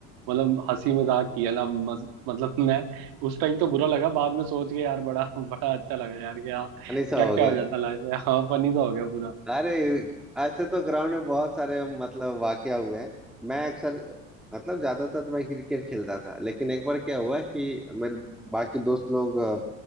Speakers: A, on the right (about 65°); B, in the centre.
A: मतलब हंसी मजाक किया ना मज, मतलब मैं उस टाइम तो बुरा लगा बाद में सोच के यार बड़ा <laughs> बड़ा अच्छा लगा यार कि हाँ
B: सा
A: क्या क्या
B: हो गया
A: हो जाता लाइफ में हाँ फनी तो हो गया पूरा
B: अरे ऐसे तो ग्राउंड में बहुत सारे मतलब वाकया हुए हैं मैं अक्सर मतलब ज्यादातर तो मैं क्रिकेट खेलता था लेकिन एक बार क्या हुआ कि मेरे बाकी दोस्त लोग अ,